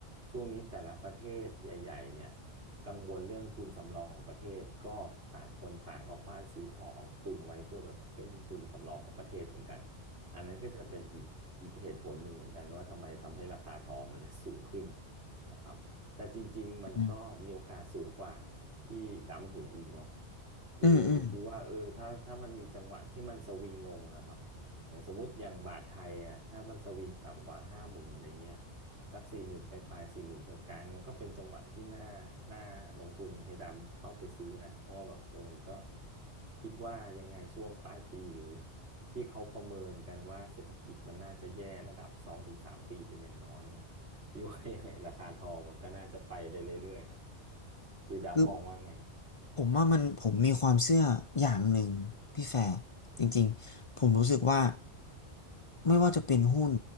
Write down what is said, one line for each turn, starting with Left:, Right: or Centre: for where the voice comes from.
Right: ช่วงนี้แต่ละประเทศใหญ่ๆเนี่ยกังวลเรื่องทุนสำรองของประเทศก็ต่างคนต่างก็คว้านซื้อทองตุนไว้เพื่อแบบเป็นทุนสำรองของประเทศเหมือนกันอันนั้นก็จะเป็นอีกอีกเหตุผลหนึ่งเหมือนกันว่าทำไมทำให้ราคาทองมันเลยสูงขึ้นนะครับแต่จริงๆมันก็มีโอกาสสูงกว่า
Left: อืม
Right: ที่ดำเห็นอีกเนาะคือคิดว่าเออถ้าถ้ามันมีจังหวะที่มันสวิงลงนะครับ
Left: อืมอืม
Right: อย่างสมมติอย่างบาทไทยอ่ะถ้ามันสวิงต่ำกว่าห้าหมื่นอะไรเงี้ยสักสี่หมื่นไปปลายสี่หมื่นกลางๆก็เป็นจังหวะที่น่าน่าลงทุนให้ดำเข้าไปซื้อนะเพราะว่าแบบเออมันก็คิดว่ายังไงช่วงปลายปีหรือที่เขาประเมินกันว่าเศรษฐกิจมันน่าจะแย่ระดับสองถึงสามปีเป็นอย่างน้อยเนี่ยพี่ว่ายังไงราคาทองมันก็น่าจะไปได้เรื่อยๆนะ หรือดำมองว่าไง
Left: คือผมว่ามันผมมีความเชื่ออย่างหนึ่งพี่แฟร์จริงๆผมรู้สึกว่าไม่ว่าจะเป็นหุ้น